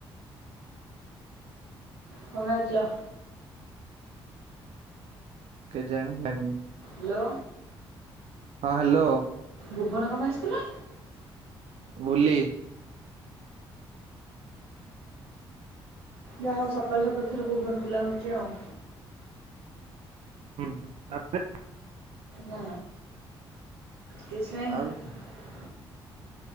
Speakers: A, on the right (about 85°); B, on the right (about 55°).
A: କଣ ଖାଇଥିଲ?
B: କେଜାଣେ ଜାଣିନି।
A: ହ୍ୟାଲୋ,
B: ହଁ ହ୍ୟାଲୋ,
A: ଭୁମନ କଣ ପାଇଁ ଆସିଥିଲା?
B: ବୁଲି,
A: ଯା ହଉ ସକାଳୁ ସକାଳୁ ଥର ଭୁବନ ବୁଲା ହଉଛି ଆଉ।
B: ହୁଁ ତାପରେ
A: ନା, କିଛିନାହିଁ।
B: ଆଉ